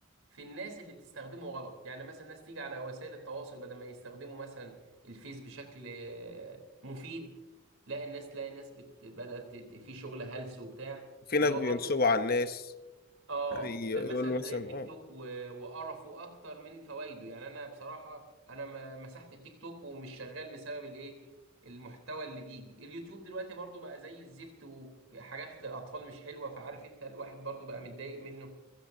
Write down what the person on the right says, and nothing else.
في الناس اللي بتستخدمه غلط يعني مثلا ناس تيجي على وسائل التواصل بدل ما يستخدموا مثلا الفيس بشكل آه، مفيد لا الناس تلاقي ناس بت... بدأت تت- في شغل هلس وبتاع
اللي
هو
برضو
اه
آه، مثلا زي
التيك
توك و... وقرفه اكتر من فوائده يعني انا بصراحة انا ما... مسحت التيك توك ومش شغال بسبب الايه المحتوى اللي بيجي اليوتيوب دلوقتي برضو بقى زي الزفت وحاجات للاطفال مش حلوة فعارف انت الواحد برضو بقى متضايق منه